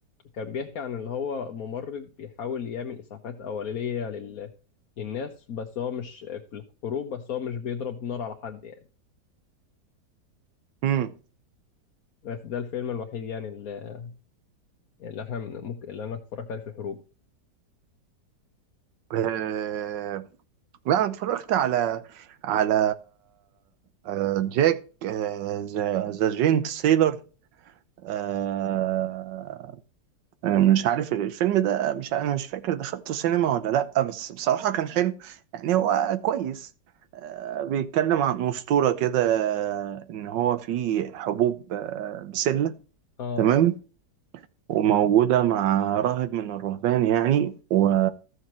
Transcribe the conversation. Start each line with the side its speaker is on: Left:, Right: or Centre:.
Left: كان بيحكي عن اللي هو ممرض بيحاول يعمل إسعافات أولية لل... للناس بس هو مش في الحروب بس هو مش بيضرب نار على حد يعني
Right: مم.
Left: بس ده الفيلم الوحيد يعني اللي, اللي احنا ممكن اللي انا اتفرجت عليه في الحروب
Right: آه... لا انا اتفرجت على على آه... جاك آه... ذا ذا جينت سيلر آه... آه، مش عارف الفيلم ده مش انا مش فاكر دخلته سينما ولا لا بس بصراحة كان حلو يعني هو كويس آه... بيتكلم عن أسطورة كده آه، ان هو في حبوب آه، بسلة
Left: اه
Right: تمام وموجودة مع راهب من الرهبان يعني و